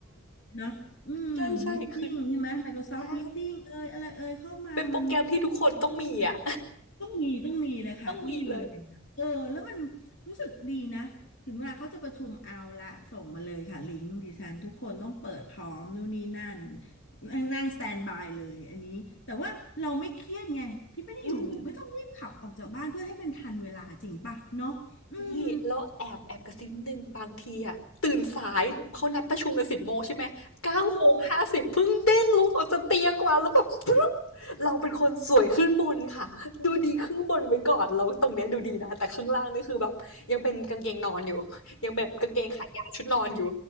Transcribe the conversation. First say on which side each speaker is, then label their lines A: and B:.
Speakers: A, on the left; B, on the left.
A: ๆเนาะอืมมิ
B: ใช่ใช่คือ
A: e ติ้งใช่ไหม Microsoft
B: ใช่
A: Meeting เอยอะไรเอยเข้ามามัน
B: เป็นโปรแกรมที่ทุกคนต้องมีอะ
A: ต้องมีต้องมีเลยค่ะต้องมีเลยเออแล้วมันรู้สึกดีนะถึงเวลาเขาจะประชุมเอาละส่งมาเลยค่ะลิงก์ดิฉันทุกคนต้องเปิดพร้อมนู่นนี่นั่น
B: <laughs> ต้องมีเลย
A: นั่งสแตนบายเลยอันนี้แต่ว่าเราไม่เครียดไงที่ไม่ได้อยู่ไม่ต้องรีบขับออกจากบ้านเพื่อให้เป็นทันเวลาจริงป่ะเนาะอืม
B: อืม นี่แล้วแอบแอบกระซิบนิดนึงบางทีอะตื่นสายเขานัดประชุมกันสิบโมงใช่ไหมเก้าโมงห้าสิบเพิ่งเด้งลุกออกจากเตียงมาแล้วแบบปึ๊บ
A: เออ
B: เราเป็นคนสวยขึ้นบนค่ะดูดีครึ่งบนไว้ก่อนแล้วตรงเนี้ยดูดีนะแต่ข้างล่างนี่คือแบบยังเป็นกางเกงนอนอยู่ยังแบบกางเกงขายาวชุดนอนอยู่